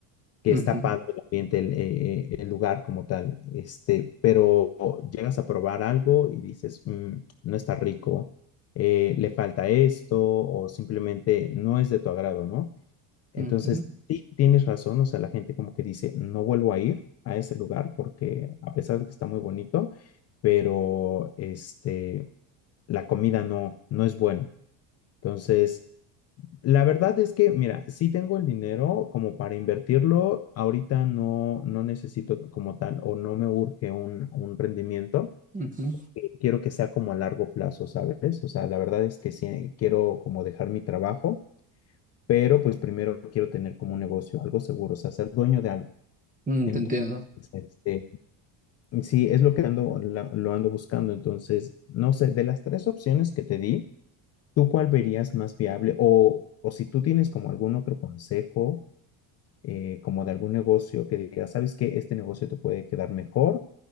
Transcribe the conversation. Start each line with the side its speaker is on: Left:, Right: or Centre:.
Left: que
Right: ujú,
Left: está padre el ambiente, el, eh, eh, el lugar como tal, este, pero llegas a probar algo y dices, "Mm, no está rico, eh, le falta esto o simplemente no es de tu agrado, ¿no? Entonces,
Right: ujú,
Left: sí, tienes razón, o sea, la gente como que dice, no vuelvo a ir a ese lugar porque a pesar de que está muy bonito, pero este, la comida no, no es buena. Entonces, la verdad es que, mira, sí tengo el dinero como para invertirlo, ahorita no, no necesito como tal o no me urge un, un rendimiento,
Right: ujú.
Left: quiero que sea como a largo plazo, ¿sabes? O sea, la verdad es que sí, quiero como dejar mi trabajo pero pues primero quiero tener como un negocio, algo seguro, o sea, ser dueño de algo.
Right: Mm,
Left: Entonces,
Right: te entiendo.
Left: este, sí, es lo que ando, la- lo ando buscando. Entonces, no sé, de las tres opciones que te di, ¿tú cuál verías más viable? O, o si tú tienes como algún otro consejo, eh, como de algún negocio que digas, ¿sabes qué? Este negocio te puede quedar mejor,